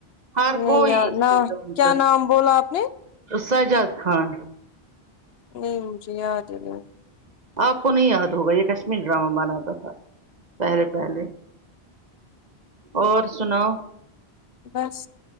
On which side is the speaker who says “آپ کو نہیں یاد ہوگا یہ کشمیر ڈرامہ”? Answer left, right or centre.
Right